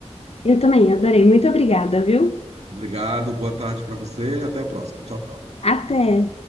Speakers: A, on the left; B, on the right.
A: Eu também adorei. Muito obrigada, viu?
B: Obrigado, boa tarde para você, até a próxima. Tchau, tchau.
A: Até!